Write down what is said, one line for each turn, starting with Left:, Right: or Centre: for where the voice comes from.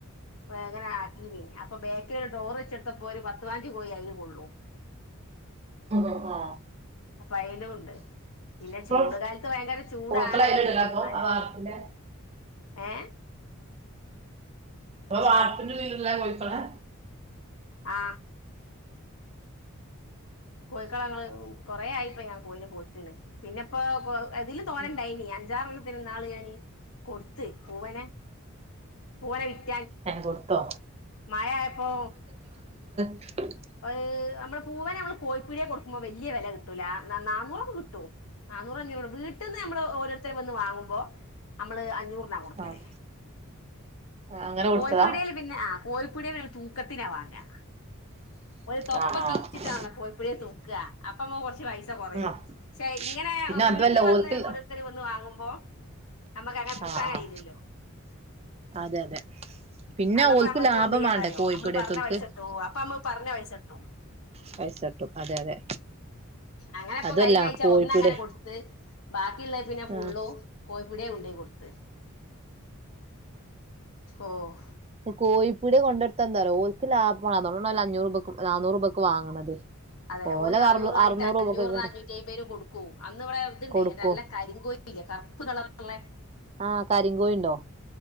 Left: വേഗന ആക്കീന് അപ്പൊ ബേക്കിൽ ഒരു ഡോർ വെച്ചെടുത്തപ്പോ ഒരു പത്ത് പയിനഞ്ച് കോയി അയില് കൊള്ളും
Right: ആ
Left: അപ്പ അയ്ലുണ്ട് പിന്നെ
Right: അപ്പൊ
Left: ചൂട്കാലത്ത് ഭയങ്കര ചൂടാണ്
Right: കോഴിക്കളെ അയിലിടലാ
Left: അയില് ഇന്നാലും
Right: അപ്പൊ ആ വാർപ്പിന്റെ
Left: ഏ
Right: അ വാർപ്പിൻ്റെ <unintelligible> കോയിക്കടേ
Left: ആ കോയിക്കട ഞങ്ങള് കൊറേ ആയിപ്പോ ഞ കോയിനെ പോറ്റാണ് പിന്നെപ്പോ കോ അതില് തോന്നണ്ടായില്ല്യ
Right: ഉം
Left: അഞ്ചാറെണ്ണം ത്തിനെ ഇന്നാള് കൊട്ത്ത് ഞാൻ പൂവനെ പോ <unintelligible>
Right: ഏ കൊടുത്തോ
Left: മയയായപ്പോ
Right: ആ <unintelligible>
Left: <unintelligible> നമ്മള് പൂവനെ നമ്മള് കോയി പ്പീടിയേ കൊടുക്കുമ്പോ വല്ല്യ വെല കിട്ടൂല ന നാന്നൂറൊക്കെ കിട്ടും നാന്നൂറഞ്ഞൂറ് വീട്ടിന്ന് നമ്മള് ഓരോരുത്തര് വന്ന് വാങ്ങുമ്പോ അമ്മള് അഞ്ഞൂർ നാ കൊടുക്കല്
Right: ആഹ് അങ്ങനെ കൊടുത്തതാ
Left: കോയിപ്പീടിയയിൽ പിന്നെ ആ കോയിപ്പിടിയയിൽ <unintelligible> തൂക്കത്തിനാ വാങ്ങാ ഓല് തൊപ്പ
Right: ആഹ് ആഹ്
Left: കീച്ച്ട്ടാണല്ലോ കോഴിപ്പീടിയെ തൂക്ക അപ്പം അമ്മ കൊറ <unintelligible> ച്ച് പൈസ കൊറയും.
Right: ആഹ്
Left: പക്ഷേ ഇങ്ങനെ
Right: പിന്നെ അതുവല്ല
Left: വീട്ടില്
Right: ഓൽക്കില്ല
Left: വന്ന് ഓരോരുത്തര് വന്ന് വാങ്ങും ഓ നമ്മക്ക് അങ്ങനെ തൂക്കാൻ
Right: ആഹ് ആഹ്
Left: കയില്ലല്ലോ
Right: അതെ അതെ പിന്നെ
Left: അന്നപ്പ
Right: ഓൽക്ക്
Left: നമ്മക്ക്
Right: ലാഭം
Left: എന്ത് ചെയ്യാന്നറിയോ
Right: വേണ്ടേ കോഴിപ്പീടേത്തോൽക്ക്
Left: നമ്മള് പറഞ്ഞ പൈസ <unintelligible> അപ്പൊ നമ്മ പറഞ്ഞ പൈസട്ടും
Right: പൈസ കിട്ടും അതെ അതെ
Left: അങ്ങനെപ്പൊ
Right: അതല്ല
Left: കഴിഞ്ഞ ആഴ്ച
Right: കോഴിപ്പീട്
Left: ഒന്നങ്ങനെ കൊട്ത്ത് ബാക്ക ക്കിള്ളതിന്നെ ഫുള്ളും
Right: ആഹ്
Left: കോഴിപ്പിടിയെ കൊണ്ടോയ് കൊട്ത്ത് ഓഹ്
Right: കോഴിപ്പീടിയെ കൊണ്ടോടുത്താ ന്താറിയോ ഓൽക്ക് ലാഭാണ് <unintelligible> അഞ്ഞൂറ് രൂപക്കും നനൂറ് രൂപക്കും വാങ്ങണത്
Left: അതെ
Right: ഓലത്
Left: ഒരു നാന്നൂറ്
Right: അറു
Left: വാങ്ങിട്ട്
Right: അറുന്നൂറ് രൂപക്കൊക്കെ
Left: അഞ്ഞൂറിന് അഞ്ഞൂറ്റി അയ്പെന് കൊടുക്കു അന്ന് ഇവിടെ ഇതുണ്ടേ
Right: കൊടുക്കും
Left: നല്ല കരിങ്കോഴില്ലേ കറുപ്പ്‌ കളറ്ള്ളേ
Right: ആഹ് കരിങ്കോഴിണ്ടോ